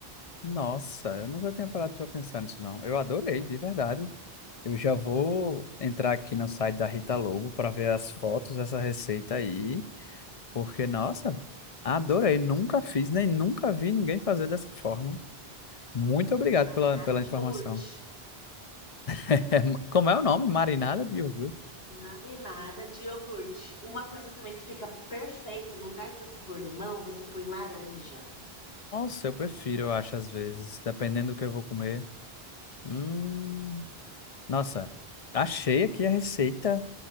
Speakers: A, on the left (about 40°); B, on the left (about 75°).
A: Nossa, eu nunca tinha parado para pensar nisso, não. Eu adorei, de verdade. Eu já vou entrar aqui no site da Rita Lobo para ver as fotos dessa receita aí. Porque, nossa, adorei. Nunca fiz, nem nunca vi ninguém fazer dessa forma. Muito obrigado
B: A marinada
A: pela, pela
B: de
A: informação.
B: iogurte.
A: <laughs> É, ma- como é o nome? Marinada de iogurte?
B: Marinada de iogurte. Uma coisa também que fica perfeito, no lugar de você pôr limão, você põe laranja.
A: Nossa, eu prefiro, eu acho, às vezes, dependendo do que eu vou comer. Hum, nossa, achei aqui a receita.